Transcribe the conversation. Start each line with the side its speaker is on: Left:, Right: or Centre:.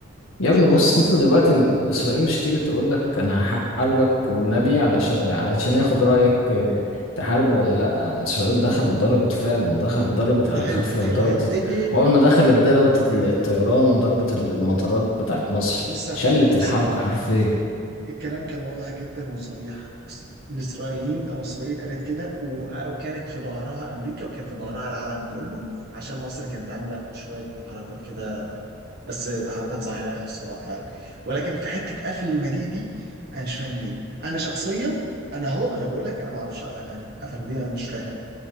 Left: يا
Right: هتتضرب
Left: ابني بص انت دلوقتي اسرائيل مش تيجي تقول لك انا هحاربك والنبي علشان علشان ياخد رايك اه، تحارب ولا لا اسرائيل دخلت ضربت فعلا دخلت ضربت
Right: ما
Left: على
Right: هد...
Left: غفله وضربت
Right: هددت
Left: واول ما دخلت ضربت الطيران ضربت المطارات بتاعت مصر
Right: بص يا
Left: شلت
Right: محمد بص
Left: الحركه
Right: يا محمد
Left: حرفيا
Right: ال- الكلام كان واضح جدا وصريح الس- الاسرائيليين او اسرائيل قالت كده و... وكانت في ظهرها امريكا وكان في ظهرها العالم كله عشان مصر كانت عامله شويه حركات كده بس حركات صحيحة الصراحة يعني ولكن في حتة قفل المضيق دي أنا مش فاهم ليه أنا شخصيا أنا أهو أنا بقول لك أنا ما أعرفش قفلها ليه قفلوا ليه أنا مش فاهم